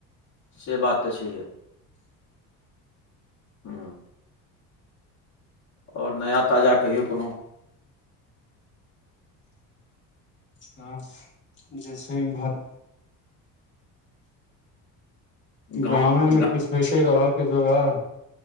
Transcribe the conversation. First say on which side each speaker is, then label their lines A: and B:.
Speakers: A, on the left; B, on the left.
A: से बात तऽ छैहे। हूँ आओर नया ताजा कहियौ कोनो।
B: हं जे छै एमहर।
A: गाम
B: गामे में
A: गा
B: किछ होते रहऽ के जोगार,